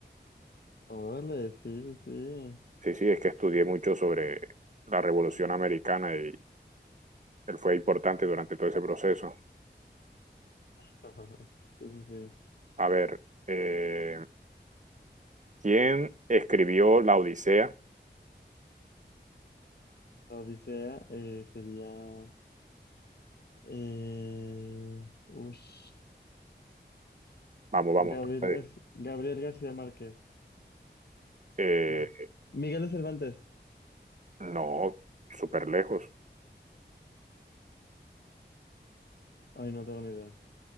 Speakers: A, on the left (about 65°); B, on the right (about 40°).
A: Órale, sí, sí, sí.
B: Sí, sí, es que estudié mucho sobre la Revolución Americana y él fue importante durante todo ese proceso.
A: <laughs> Sí, sí, sí.
B: A ver, eh, ¿Quién escribió La Odisea?
A: Odisea eh, sería Eh, ush.
B: Vamos, vamos.
A: Gabriel,
B: tú puedes.
A: Gar- Gabriel García Márquez.
B: Eh,
A: No. Miguel de Cervantes.
B: no, súper lejos.
A: Ay, no tengo ni idea.